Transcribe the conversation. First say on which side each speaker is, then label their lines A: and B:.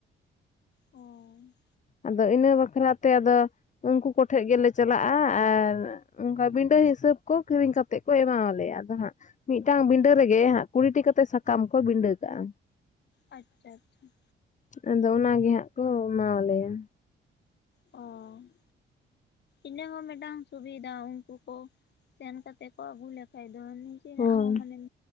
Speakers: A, on the left; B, on the left.
A: ᱚᱸ
B: ᱟᱫᱚ ᱤᱱᱟᱹ ᱵᱟᱠᱷᱨᱟ ᱛᱮ ᱟᱫᱚ ᱩᱝᱠᱩ ᱠᱚᱴᱷᱮᱡ ᱜᱮᱞᱮ ᱪᱟᱞᱟᱜᱼᱟ, ᱟᱨ ᱚᱝᱠᱟ ᱵᱤᱱᱰᱟᱹ ᱦᱤᱥᱟᱹᱵ ᱠᱚ ᱠᱤᱨᱤᱧ ᱠᱟᱛᱮᱜ ᱠᱚ ᱮᱢᱟᱞᱮᱭᱟ ᱟᱫᱚ ᱦᱟᱸᱜ ᱢᱤᱫᱴᱟᱝ ᱵᱤᱸᱰᱟᱹ ᱨᱮᱜᱮ ᱦᱟᱸᱜ ᱠᱩᱲᱤᱴᱤ ᱠᱟᱛᱮᱜ ᱥᱟᱠᱟᱢ ᱠᱚ ᱵᱤᱸᱰᱟᱹ ᱠᱟᱜᱼᱟ ᱾
A: ᱟᱪᱪᱷᱟᱻᱟᱪᱪᱷᱟ ᱾
B: ᱟᱫᱚ ᱚᱱᱟᱜᱮ ᱦᱟᱸᱜ ᱠᱚ ᱮᱢᱟᱣᱞᱮᱭᱟ ᱾
A: ᱚᱸ ᱤᱱᱟᱹ ᱦᱚᱸ ᱢᱤᱫᱴᱟᱝ ᱥᱩᱵᱤᱫᱷᱟ ᱩᱱᱠᱩ ᱠᱚ, ᱥᱮᱱ ᱠᱟᱛᱮ ᱠᱚ ᱟᱹᱜᱩ ᱞᱮᱠᱷᱟᱡ ᱫᱚ ᱾ ᱪᱮᱫᱟᱜ
B: ᱦᱳᱭ
A: ᱦᱚᱸ ᱢᱟᱱᱮᱢ